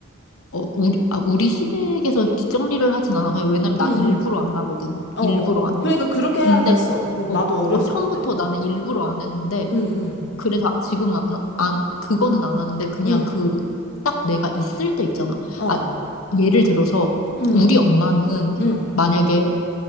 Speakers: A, on the left (about 85°); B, on the left (about 55°).
A: 어, 우리, 아, 우리 시댁에서 뒷정리를 하진 않아. 그냥 왜냐면 나
B: 응, 응.
A: 일부러 안 하거든.
B: 어,
A: 일부러
B: 어.
A: 안
B: 그러니까
A: 해.
B: 그렇게
A: 근데,
B: 해야 됐어. 어,
A: 어,
B: 나도 어렸어,
A: 어, 처음부터
B: 그때.
A: 나는 일부러 안 했는데,
B: 응, 응,
A: 그래서 지금은 안, 안, 그거는 안 하는데, 그냥
B: 응,
A: 그, 딱 내가 있을 때 있잖아.
B: 어,
A: 아, 예를 들어서,
B: 응,
A: 우리 엄마는
B: 응,
A: 만약에,